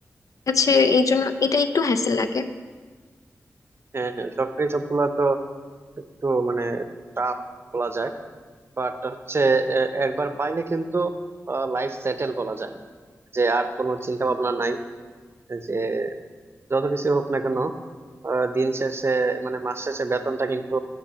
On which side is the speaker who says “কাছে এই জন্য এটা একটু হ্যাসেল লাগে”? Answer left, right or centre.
Left